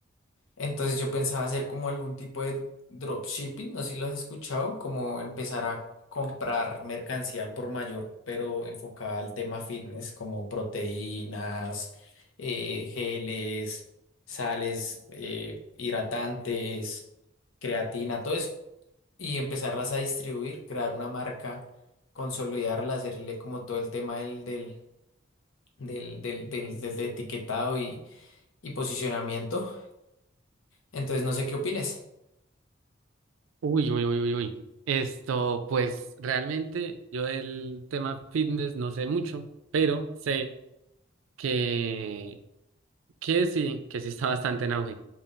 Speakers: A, on the left; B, on the right.
A: Entonces yo pensaba hacer como algún tipo de dropshipping, no sé si lo has escuchado, como empezar a comprar mercancía al por mayor, pero enfocada al tema fitness, como proteínas, eh, geles, sales, eh, hidratantes, creatina, todo eso y empezarlas a distribuir, crear una marca, consolidarla, hacerle como todo el tema del, del, del, del, del- del etiquetado y, y posicionamiento. Entonces, no sé qué opines.
B: Uy, uy, uy, uy, uy. Esto, pues realmente yo del tema fitness no sé mucho, pero sé que, que sí, que sí está bastante en auge.